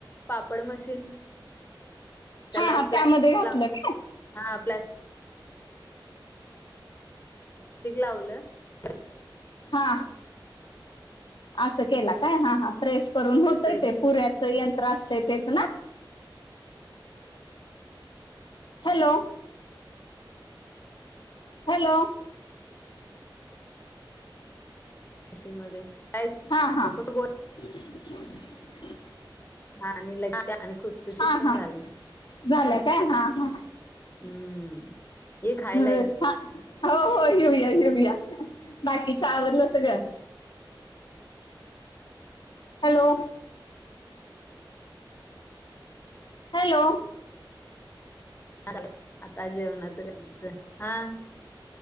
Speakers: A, on the left (about 25°); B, on the left (about 65°).
A: पापड मशीन त्याला
B: हा हा
A: प्लास्ट
B: त्यामध्ये घातलं
A: ला
B: काय
A: हा प्स्ट टिक लावलं. <unintelligible>
B: हा. असं केला काय हा हा प्रेस करून होतय
A: प्रेस
B: ते पुऱ्याच यंत्र असते तेच ना. हॅलो! हॅलो!
A: मशीन मध्ये. काहीच
B: हा हा.
A: नाही फक्त
B: <unintelligible>
A: हा आणि लग आणि खुसखुशीत
B: हा
A: पण
B: हा
A: झाल.
B: झालं काय हा हा
A: हम्म.
B: <unintelligible> छान
A: या
B: हो हो येऊया-येऊया, बाकीच आवरलं सगळं? हॅलो! हॅलो!
A: <unintelligible> आता जेवणाचं <unintelligible> हा <inaudible>